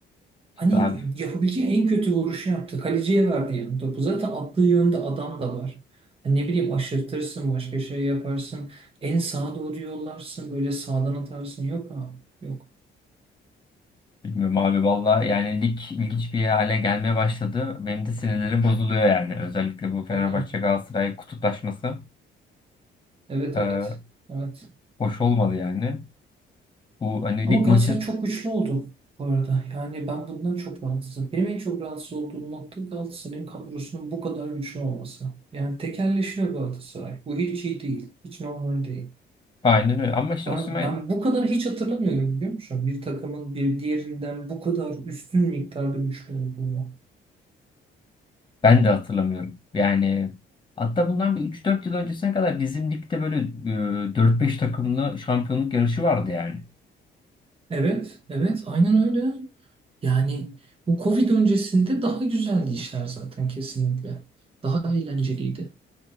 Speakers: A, on the right; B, on the left.
A: Hani
B: İşte abi
A: yapabileceği en kötü vuruşu yaptı. Kaleciye verdi yani topu. Zaten attığı yönde adam da var. Hani ne bileyim aşırtırsın, başka şey yaparsın. En sağa doğru yollarsın, böyle sağdan atarsın. Yok abi, yok.
B: bilmiyorum abi valla yani lig ilginç bir hale gelmeye başladı. Benim de sinirlerim bozuluyor yani. Özellikle bu Fenerbahçe
A: Aynen.
B: Galatasaray kutuplaşması
A: Evet,
B: e,
A: evet. Evet.
B: hoş olmadı yani. Bu hani
A: Ama
B: lig
A: Galatasaray
B: maçı
A: çok güçlü oldu bu arada. Yani ben bundan çok rahatsızım. Benim en çok rahatsız olduğum nokta Galatasaray'ın kadrosunun bu kadar güçlü olması. Yani tekelleşiyor Galatasaray. Bu hiç iyi değil. Hiç normal değil.
B: aynen öyle ama işte
A: Ben,
B: Osimhen
A: ben bu kadar hiç hatırlamıyorum biliyor musun? Bir takımın bir diğerinden bu kadar üstün miktarda güçlü olduğunu.
B: ben de hatırlamıyorum. Yani hatta bundan bir üç dört yıl öncesine kadar bizim ligde böyle e, 4-5 takımlı şampiyonluk yarışı vardı yani.
A: Evet, evet, aynen öyle. Yani bu Covid öncesinde daha güzeldi işler zaten kesinlikle. Daha eğlenceliydi.